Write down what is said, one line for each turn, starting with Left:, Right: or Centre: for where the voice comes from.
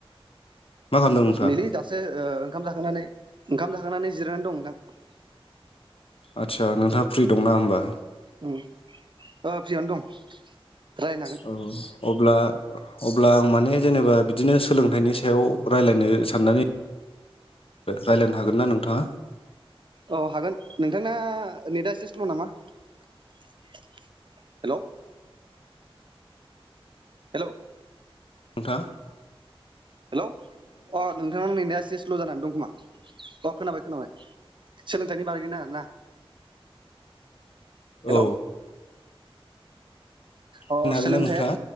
Left: मा खालामदों नोंथाङा
Right: नैलै दासो ओ ओंखाम जाखांनानै ओंखाम जाखांनानै जिरायनानै दं नोंथां।
Left: आदसा नोंथाङा फ्रि दंना होमबा?
Right: उम ओ फ्रियानो दं। रायलायनो
Left: औ अब्ला अब्ला आं माने जेनेबा बिदिनो सोलोंथाइनि सायाव रायलायनो साननानै रायलायनो हागोन ना नोंथाङा?
Right: औ हागोन नोंथांना नेटा एसेस्ल नामा हेलौ हेल
Left: नोंथा
Right: हेलौ अ नोंथांना नेटा एसे स्ल जानानै दं खोमा अ खोनाबाय खोनाबाय। सोलोंथाइनि बागै आरोना
Left: औ
Right: हेल अ
Left: होननो हागोन
Right: सोलोंथायाथ
Left: ना नोंथाङा